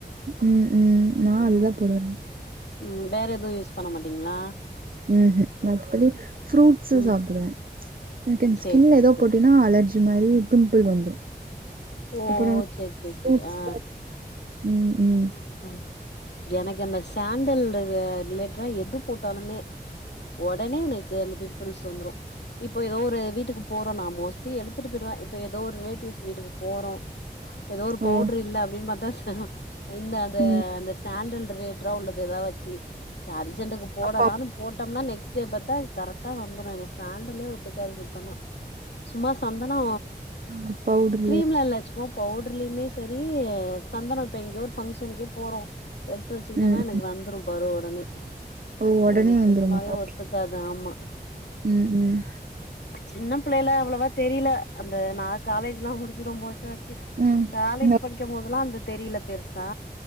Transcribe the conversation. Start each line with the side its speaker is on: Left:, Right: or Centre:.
Right: ம் ம் நா
Left: ஆ
Right: அதுதா போடுவே
Left: ம் வேற எதுவு யூஸ் பண்ணமாட்டீங்களா
Right: உம்ஹு மத்தபடி ஃப்ரூட்ஸ்ஸு
Left: ம்
Right: சாப்டுவ எனக்கு என்
Left: சேரி
Right: ஸ்கின்ல
Left: சேரி
Right: எதோ
Left: சேரி
Right: போட்டேனா அலர்ஜி மாறி பிம்பிள் வந்துரு
Left: ஓ
Right: அப்புறோ
Left: செரி செரி
Right: ஃப்ரூட்ஸ்
Left: செரி ஆ
Right: ம் ம்
Left: ஆஹ எனக்கு அந்த சேண்டல் ரி ரிலேட்டரா எது போட்டாலுமே ஒடனே எனக்கு அந்த பிம்பிள்ஸ் வந்துரு இப்போ எதோ ஒரு வீட்டுக்கு போறோனா மோஸ்ட்லி எடுத்துட்டு போயிடுவே இப்ப எதோ ஒரு ரிலேட்டிவ்ஸ் வீட்டுக்கு போறோ எதோ ஒரு
Right: ஓ
Left: பவுடர் இல்ல அப்டின்னு பாத்தா சே இந்த அந்த
Right: ம்
Left: அந்த சேண்டல் ரிலேட்டரா உள்ளது ஏதாச்சு அர் அர்ஜென்டுக்கு போடலானு
Right: அப்போ
Left: போட்டம்னா நெக்ஸ்ட் டே பாத்தா கரெட் டா வந்துரு எனக்கு சேண்டலே ஒத்துக்காது சுத்தமா சும்மா சந்தனோ
Right: ஆ பவுட்ரு
Left: கிரீம்லா இல்ல சும்மா பவுடர்லயுமே சரி சந்தன இப்போ எங்கேயோ ஒரு ஃபங்க்ஷனுக்கே போறோ எடுத்து வச்சுக்கிட்டன்னா
Right: ம்
Left: எனக்கு
Right: ம்
Left: வந்துரு பாரு ஒடனே
Right: ஓ ஒடனே
Left: அது எனக்கு
Right: வந்துருமா
Left: சுத்தமாவே
Right: ஓகே
Left: ஒத்துக்காது ஆமா
Right: ம் ம்
Left: சின்ன பிள்ளைல அவ்வளவா தெரியல அந்த நா காலேஜ்லா முடிச்சு ரொம்போ வருஷ ஆச்சு
Right: ம்
Left: காலேஜ்
Right: ம்
Left: படிக்கும் போதல்லா அந்த தெரியல பெருசா